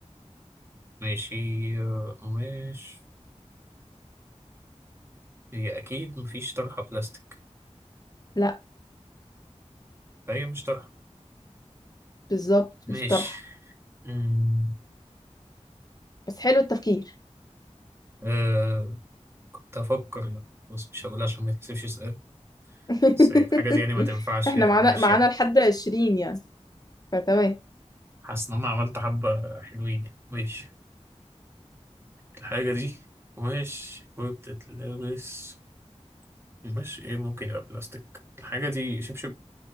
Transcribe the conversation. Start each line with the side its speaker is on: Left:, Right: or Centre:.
Right: ماشي آه، قماش هي اكيد مفيش طرحه بلاستيك
Left: لأ
Right: فهي مش طرحه
Left: بالظبط
Right: ماشي
Left: مش طرحة
Right: أمم،
Left: بس حلو التفكير
Right: آه كنت هفكر لا بص مش هقول عشان ما تكسبش سؤال
Left: <laughs>
Right: بس الحاجة دي يعني ما تنفعش
Left: احنا
Right: قماش
Left: معانا معانا
Right: يعني
Left: لحد عشرين يعني فتمام
Right: حاسس إن أنا عملت حبة حلوين يعني ماشي الحاجة دي قماش وبتتلبس قماش إيه ممكن يبقى بلاستيك الحاجة دي شبشب